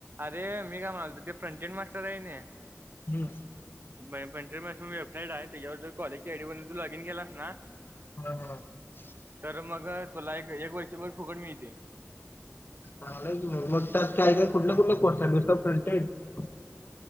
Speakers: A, on the right; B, on the left.
A: अरे मी काय म्हणालतो ते फ्रंट करायने <unintelligible>
B: हम्म.
A: <inaudible> बाई पण <unintelligible> वेबसाईट आहे त्याच्यावर जर कॉलेजची आयडी बनवून तू लॉगन केलास ना
B: हम हम <unintelligible>
A: तर मग तुला एक -एक वर्ष बर फुकट मिळते
B: चांगल मग त्यात काय- काय कुठलं -कुठलं वर्ष वर्ष फुलते <unintelligible>